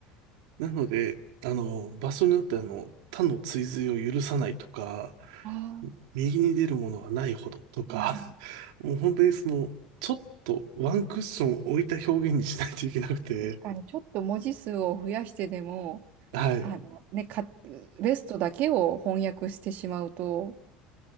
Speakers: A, on the right; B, on the right.
A: なので、あの、場所によってあの、他の追随を許さないとか、
B: ああ、
A: 右に出るものはないほどとか、
B: うんうん
A: <laughs> もう本当にその、ちょっとワンクッション置いた表現にしないといけなくて、
B: 確かに、ちょっと文字数を増やしてでも、
A: はい。
B: あのね、か、ベストだけを翻訳してしまうと、